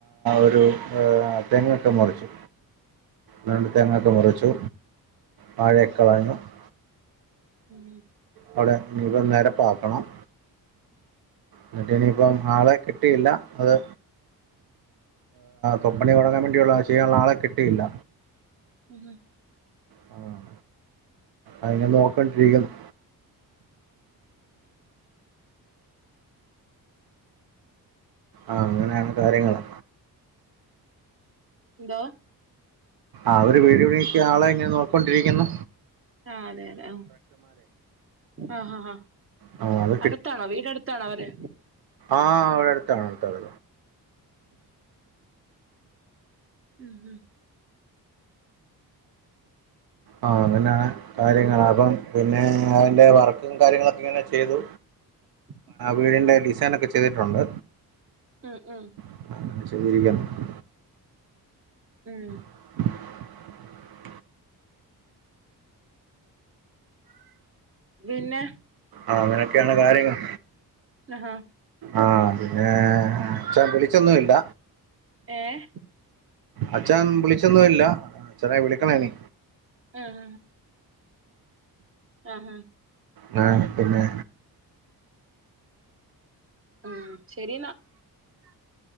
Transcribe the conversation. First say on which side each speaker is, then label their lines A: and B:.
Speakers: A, on the right; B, on the right.
A: ഒരു എഹ് തെങ്ങൊക്കെ മുറിച്ചു രണ്ട് തേങ്ങോക്കെ മുറിച്ചു താഴയൊക്കെ <unintelligible>
B: ഉം
A: അവിടെ നിലം നേരപ്പാക്കണം എന്നിട്ട് ഇനിയിപ്പ ആളെ കിട്ടിയില്ല അത് കമ്പനി തോടങ്ങാൻ വേണ്ടിയുള്ള ചെയ്യാനുള്ള ആളെ കിട്ടിയില്ല
B: ഹ്മ്മ്
A: ആഹ് അയ്നെ നോക്കണ്ടിരിക്കുന്നു ആഹ് അങ്ങനെയാണ് കാര്യങ്ങള്
B: എന്താ
A: ആഅവര് വീടി <unintelligible> ആളെ ങ്ങനെ നോക്കോണ്ടിരിക്കുന്നു
B: ആഹ് അതെ അതെ ആഹ് ആഹ് ആഹ് ആ
A: ആ അത്
B: അടുത്താണോ വീട് അടുത്താണോ അവര്
A: ആഹ് അവിടെ അടുത്താ ത്ത
B: ഉം ഉം
A: ആഹ് അങ്ങനെയാണ് കാര്യങ്ങ പ്പം പിന്നെ <unintelligible> വർ കാര്യങ്ങളൊക്കെ ഇങ്ങനെ ചെയ്തു
B: ഉം
A: വീടിന്റെ ഡിസൈൻ ഒക്കെ ചെയ്തിട്ടുണ്ട്
B: ഉം ഉം
A: <unintelligible>
B: ഉം
A: <inaudible>
B: പിന്നെ
A: ആഹ് അങ്ങനെയൊക്കെയാണ് കാര്യങ്ങൾ
B: ആഹാ
A: ആഹ് പിന്നെ ച്ച വിളിച്ചോന്നും ഇല്ല
B: ഏഹ്
A: അച്ഛൻ വിളിച്ചോന്നുംല്ല അച്ഛന വിളിക്കണേന്
B: ആഹ ആഹ് ആഹാ
A: ന്ന പിന്നെ
B: ഉം ശരി ന്നാ